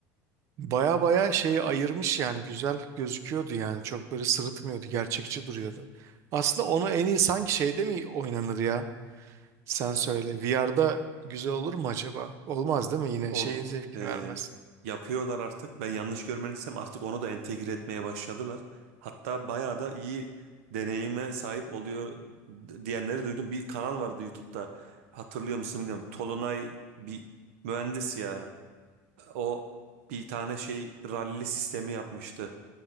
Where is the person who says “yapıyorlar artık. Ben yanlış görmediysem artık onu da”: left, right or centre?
Right